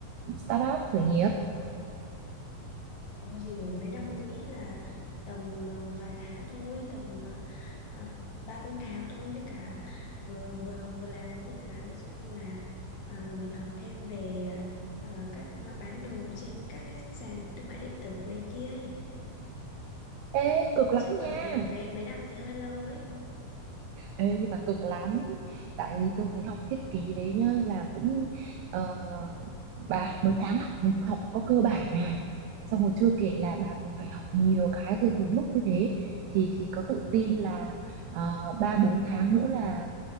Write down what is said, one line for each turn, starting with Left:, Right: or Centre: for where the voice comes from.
Right: start up khởi nghiệp
Left: có gì mà mấy năm tôi nghĩ là tầm ờ, vài tháng thôi, tầm ờ, ờ, ba bốn tháng thôi với cả vừa vừa học vừa làm cũng được mà. Ví dụ như là ờ, mình học thêm về ờ, các bán đồ trên các cái sàn thương mại điện tử này kia ấy.
Right: ê cực lắm
Left: chứ còn
Right: nha
Left: đợi mấy mấy năm thì hơi lâu ấy
Right: Ê, nhưng mà cực lắm tại vì tôi thấy học thiết kế đấy nhá là cũng ờ, bà mới tháng là mình học có cơ bản à xong rồi chưa kể là bà còn phải học nhiều cái rồi một lúc như thế thì thì có tự tin là ờ, ba bốn tháng nữa là